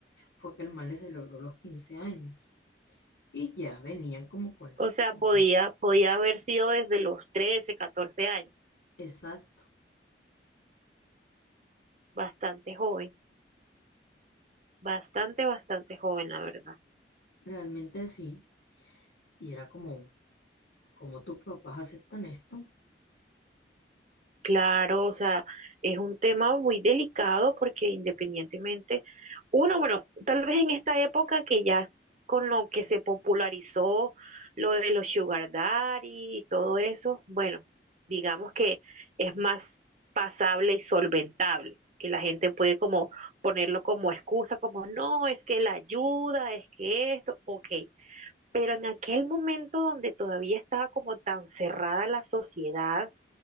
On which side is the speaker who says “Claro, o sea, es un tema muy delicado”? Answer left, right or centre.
Right